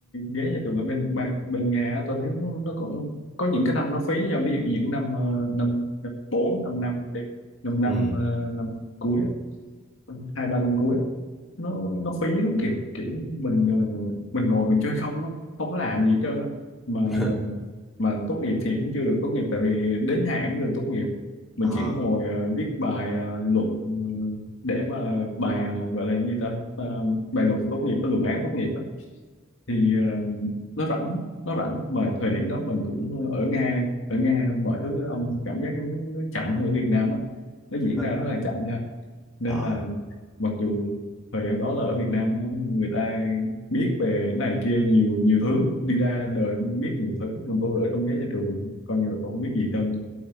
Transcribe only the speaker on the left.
ghế nhà trường ở bên ba- bên Nga á, tôi thấy nó, nó có, có những cái năm nó phí nha ví dụ những năm ờ, năm năm bốn năm năm đi năm năm
ờ, năm cuối á, hai ba năm cuối á, nó nó phí lắm kìa kiểu mình ờ, mình ngồi mình chơi không á không có làm gì hết trơn á mà
mà tốt nghiệp thì cũng chưa được tốt nghiệp tại vì đến hạn mới được tốt nghiệp mình
chỉ ngồi ờ, viết bài ờ, luận ờ, để mà bài ờ, gọi là gì ta Ờ, bài luận tốt nghiệp cái luận án tốt nghiệp á thì ờ, nó rảnh nó rảnh mà thời điểm đó mình cũng ở Nga ở Nga mọi thứ ông cảm giác nó, nó chậm hơn ở Việt Nam á nó diễn
ra rất là chậm nha nên
là mặc dù thời gian đó là ở Việt Nam á, người ta biết về cái này kia nhiều nhiều thứ đi ra đời biết nhiều thứ còn tôi ở trong ghế nhà trường coi như là tôi không biết gì hết trơn